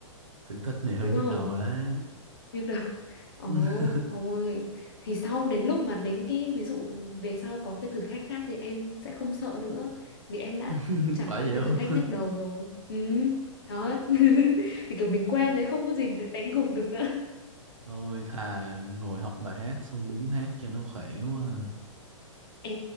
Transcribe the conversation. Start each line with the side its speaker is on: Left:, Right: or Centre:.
Right: thử thách này hơi
Left: đúng
Right: nhức
Left: không
Right: đầu đấy
Left: biết đâu ồ
Right: <laughs>
Left: thôi thì sau đến lúc mà đến cái ví dụ về sau có cái thử thách khác thì em sẽ không sợ nữa vì em đã
Right: phải
Left: trải qua
Right: vậy
Left: cái thử
Right: không
Left: thách nhức đầu rồi ừ thật <laughs> thì kiểu
Right: <laughs>
Left: mình quen rồi không có gì để đánh gục được nữa
Right: Ôi thà ngồi học bài hát xong đứng hát cho nó khỏe quá à.
Left: Ê,